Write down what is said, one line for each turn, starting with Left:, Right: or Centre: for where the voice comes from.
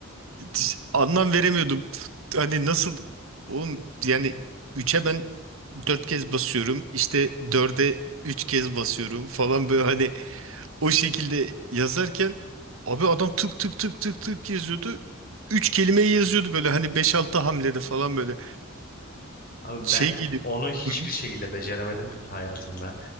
Right: hiç anlam veremiyordum. Hani nasıl oğlum yani üçe ben 4 kez basıyorum işte dörde 3 kez basıyorum falan böyle hani o şekilde yazarken abi adam tık tık tık tık tık yazıyordu. Üç kelimeyi yazıyordu böyle hani beş altı hamlede falan böyle.
Left: Abi
Right: Şey
Left: ben
Right: geliyor.
Left: onu hiçbir
Right: Hı hı.
Left: şekilde beceremedim hayatımda.